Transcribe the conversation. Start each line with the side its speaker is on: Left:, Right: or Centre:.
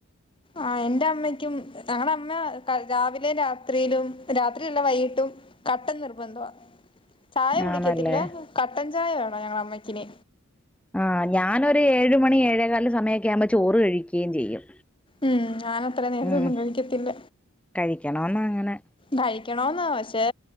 Left: ആഹ് എന്റെ അമ്മയ്ക്കും ഞങ്ങളുടെ അമ്മ രാവിലെ രാത്രിയിലും രാത്രിയല്ല വൈകിട്ടും കട്ടൻ നിർബന്ധമാ ചായ കുടിക്കത്തില്ല
Centre: ആന്നല്ലേ
Left: കട്ടൻ ചായ വേണോ ഞങ്ങളെ അമ്മക്കിന്
Centre: ആ്ഹ് ഞാനൊരു ഏഴ് മണി ഏഴേകാല് സമയമൊക്കെ ആകുമ്പോ ചോറ് കഴിക്കുകയും ചെയ്യും
Left: ഉം ഞാൻ അത്ര നേരത്തൊന്നും
Centre: ഉം
Left: കഴിക്കത്തില്ല
Centre: കഴിക്കണോന്ന് അങ്ങനെ
Left: കയിക്കണോന്ന പക്ഷെ